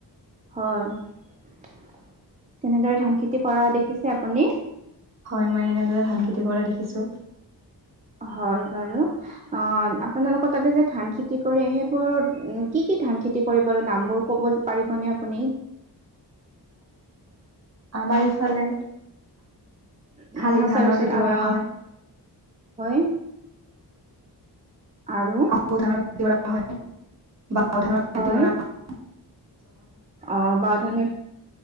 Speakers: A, on the right; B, on the right.
A: হয়, তেনেদৰে ধান খেতি কৰা দেখিছে আপুনি?
B: হয়, মই এনেদৰে ধান খেতি কৰা দেখিছো।
A: হয় বাৰু, অ', আপোনালোকৰ তাতে যে ধান খেতি কৰে সেইবোৰ কি কি ধান খেতি কৰে বাৰু নামবোৰ কব পাৰিবনে আপুনি।
B: আমাৰ ইফালে
A: <unintelligible>
B: শালি ধানৰ খেতি কৰা হয়
A: হয়। আৰু
B: আহু ধান খেতি কৰা হয় বা ধানৰ খেতি
A: হয়
B: কৰা হৈ।
A: অ', বাৰ ধানৰ,